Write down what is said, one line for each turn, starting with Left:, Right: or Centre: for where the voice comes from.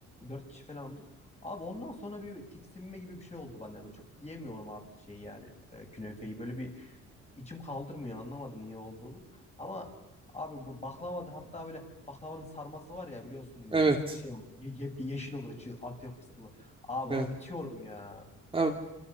Left: dört kişi falandık. Abi ondan sonra bir tiksinme gibi bir şey oldu bende. Böyle çok yiyemiyorum artık şey yani e, künefeyi. Böyle bir İçim kaldırmıyor anlamadım niye olduğunu. Ama abi bu baklavadır hatta böyle baklavanın sarması var ya biliyorsun böyle
Right: Evet.
Left: şey olur. Ye yep- yeşil olur içi Antep fıstıklı. Abi
Right: Evet.
Left: ona bitiyorum ya.
Right: Abi